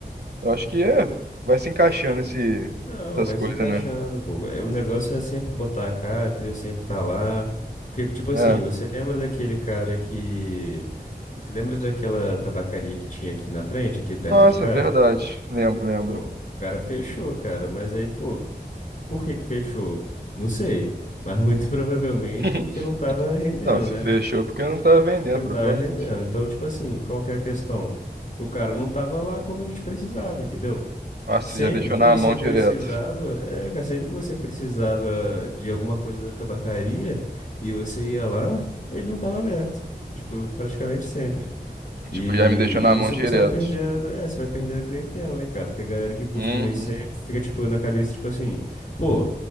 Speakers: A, on the right (about 70°); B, on the left (about 50°).
A: Eu acho que é. Vai se encaixando esse,
B: Não,
A: essas
B: vai
A: coisas,
B: se encaixando,
A: né?
B: pô. É, O negócio é sempre botar a cara, entendeu? Sempre tá lá. Porque, tipo assim,
A: É.
B: você lembra daquele cara que. Você lembra daquela tabacaria que tinha aqui na frente, aqui perto
A: Nossa,
B: de casa?
A: verdade. Lembro, lembro.
B: Pô, o cara fechou, cara. Mas aí, pô, por que que fechou? Não sei. Mas muito <laughs> provavelmente
A: <laughs>
B: porque não tava rendendo,
A: Não, se
B: né?
A: fechou porque não tava vendendo,
B: Porque não
A: provavelmente.
B: tava rendendo. Então, tipo assim, qual que é a questão? O cara não tava lá quando a gente precisava, entendeu?
A: Nossa,
B: Sempre
A: já deixou
B: que
A: na
B: você
A: mão direto.
B: precisava, é, cara, sempre que você precisava de alguma coisa da tabacaria e você ia lá, ele não tava aberto. Tipo, praticamente sempre. E,
A: Tipo, já me deixou na
B: e
A: mão
B: isso
A: direto.
B: você vai perdendo, é, você vai perdendo clientela, né, cara? Porque a galera que costuma
A: Uhum.
B: ir sempre fica, tipo, na cabeça, tipo assim, pô,